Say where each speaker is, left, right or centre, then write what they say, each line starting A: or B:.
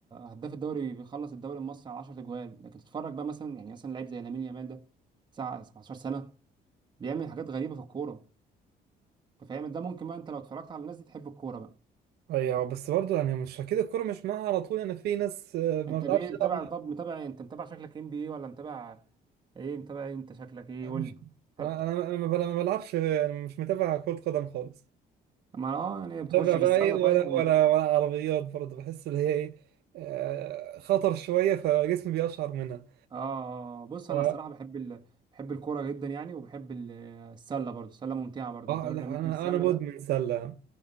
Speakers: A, on the right (about 25°); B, on the right (about 70°).
A: هداف الدوري بيخلص الدوري المصري على 10 جوال لكن تتفرج بقى مثلا يعني مثلا لعيب زي لامين يامال ده تسعة 17 سنة بيعمل حاجات غريبة في الكورة أنت فاهم ده ممكن بقى أنت لو اتفرجت على الناس دي تحب الكورة بقى
B: ايوه بس برضه يعني مش اكيد الكوره مش معاها على طول يعني في ناس آه، ما
A: أنت
B: بتعرفش
A: بإيه
B: تلعب
A: متابع
B: معاها
A: طب متابع إيه؟ أنت متابع شكلك إن بي إيه ولا متابع إيه متابع إيه أنت شكلك إيه
B: أنا
A: قول
B: مش
A: لي طب
B: انا انا أنا ما بل- ما بلعبش يعني مش متابع كرة قدم خالص
A: ما أه يعني
B: متابع
A: بتخش
B: بقى
A: في السلة
B: ايه ولا
A: طيب
B: ولا ولا عربيات برضه بحس اللي هي ايه آه، خطر شويه فجسمي بيقشعر منها
A: اه آه، بص
B: ف-
A: انا الصراحه بحب ال... بحب الكوره جدا يعني وبحب ال- السله برضو السله ممتعه برضو
B: اه
A: الدوري
B: لا
A: الامريكي
B: انا
A: بالسله
B: انا مدمن
A: ده
B: سله